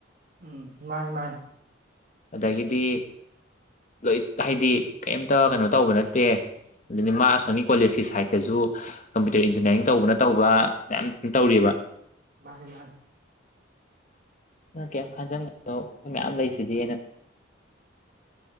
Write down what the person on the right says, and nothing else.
ꯎꯝ ꯃꯥꯅꯤ ꯃꯥꯅꯤ
ꯃꯥꯅꯦ ꯃꯥꯅꯦ